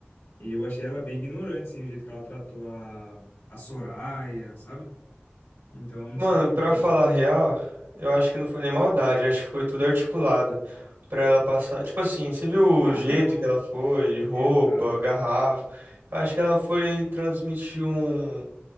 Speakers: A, on the left; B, on the right.
A: E eu achei ela bem ignorante, assim, o jeito que ela tratou a, a Soraya, sabe? Então, eu não
B: Mano,
A: sei,
B: pra
A: cara.
B: falar a real, eu acho que não foi nem maldade, acho que foi tudo articulado. Pra ela passar. Tipo assim, você viu o
A: Ah,
B: jeito
A: não.
B: que ela foi, de roupa,
A: Exato.
B: garrafa. Eu acho que ela foi transmitir um.